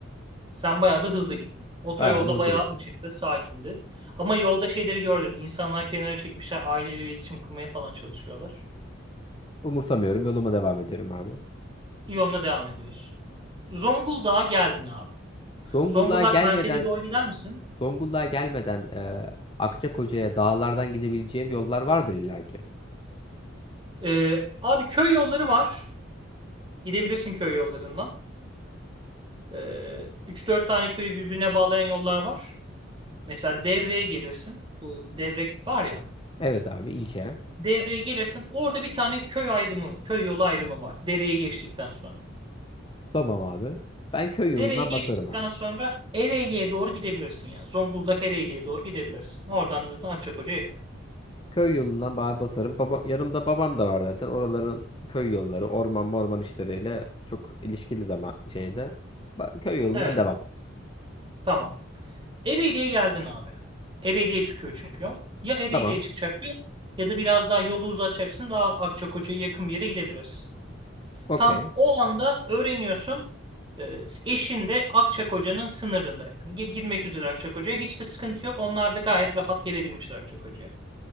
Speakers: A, on the right; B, on the left.
A: Sen bayağı da hızlı gittin. Otoyolda
B: Bayağı da hızlı
A: bayağı
B: gittim.
A: açıktı, sakindi. Ama yolda şeyleri gördüm. İnsanlar kenara çekmişler, aileyle iletişim kurmaya falan çalışıyorlar.
B: Umursamıyorum. Yoluma devam ediyorum abi.
A: İvon'la devam ediyorsun. Zonguldak'a geldin abi.
B: Zonguldak'a
A: Zonguldak
B: gelmeden
A: merkeze doğru gider misin?
B: Zonguldak'a gelmeden e, Akçakoca'ya dağlardan gidebileceğim yollar vardır illaki.
A: Ee, abi köy yolları var. Gidebilirsin köy yollarından. Ee, 3-4 tane köyü birbirine bağlayan yollar var. Mesela Devre'ye gelirsin. Bu Devrek var ya.
B: Evet abi ilçe.
A: Devre'ye gelirsin. Orada bir tane köy ayrımı, köy yolu ayrımı var. Dereyi geçtikten sonra.
B: Tamam abi. Ben köy yoluna
A: Dereyi geçtikten
B: basarım abi.
A: sonra Ereğli'ye doğru gidebilirsin ya. Zonguldak Ereğli'ye doğru gidebilirsin. Oradan zaten Akçakoca'ya yakın.
B: Köy yolundan ba- basarım. Baba, yanımda babam da var zaten. Oraların köy yolları, orman morman işleriyle çok ilişkili zaman şeyde. Ba- köy yolundan
A: Evet.
B: devam.
A: Tamam. Ereğli'ye geldin abi. Ereğli'ye çıkıyor çünkü yol. Ya Ereğli'ye
B: Tamam.
A: çıkacak yol ya da biraz daha yolu uzatacaksın. Daha Akçakoca'ya yakın bir yere gidebilirsin.
B: Okey.
A: Tam o anda öğreniyorsun. e, Eşin de Akçakoca'nın sınırında yani. Gi- Girmek üzere Akçakoca'ya. Hiç de sıkıntı yok. Onlar da gayet rahat gelebilmişler Akçakoca'ya.